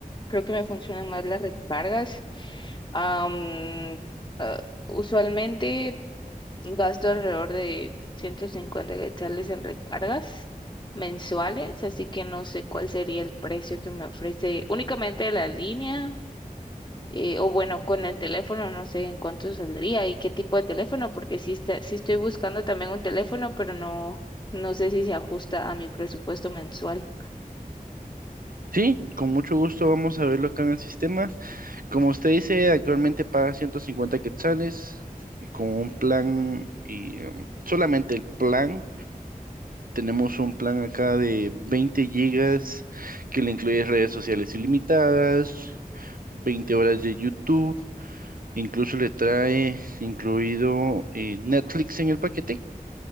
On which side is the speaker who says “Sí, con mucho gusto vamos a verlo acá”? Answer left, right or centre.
Right